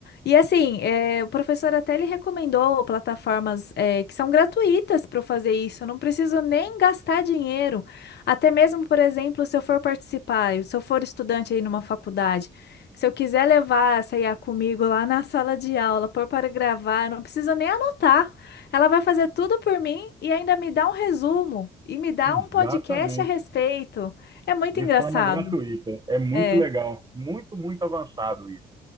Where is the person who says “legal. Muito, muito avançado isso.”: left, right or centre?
Right